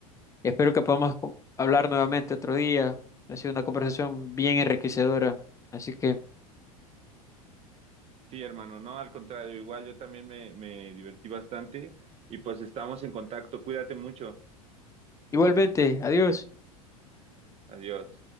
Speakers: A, on the left; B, on the right.
A: espero que podamos co- hablar nuevamente otro día. Ha sido una conversación bien enriquecedora, así que
B: Sí, hermano, no, al contrario, igual yo también me, me divertí bastante y pues estamos en contacto. Cuídate mucho.
A: igualmente, adiós.
B: Adiós.